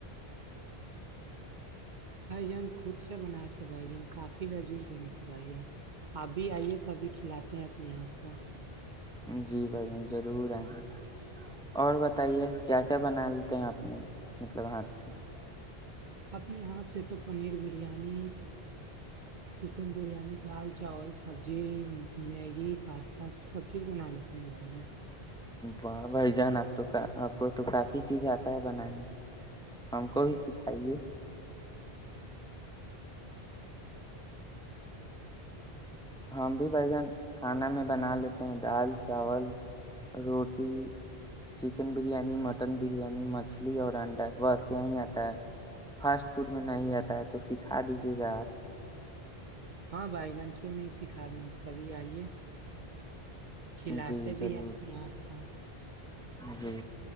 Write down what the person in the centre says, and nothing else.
جی بھائین ضرور آئیں گے اور بتائیے کیا کیا بنا لیتے ہیں اپنے مطلب ہاتھ سے <inaudible>
واہ بھائی جان آب تو آپ کو تو کافی چیز آتا ہے بنانے ہم کو بھی سکھائیے ہم بھی بھن کھانا میں بنا لیتے ہیں دال چاول روٹی چکن بریانی مٹن بریانی مچھلی اور انڈا بس یہی آتا ہے فاسٹ فوڈ میں نہیں آتا ہے تو سکھا دیجیے گا آپ
جی
ضرور
جی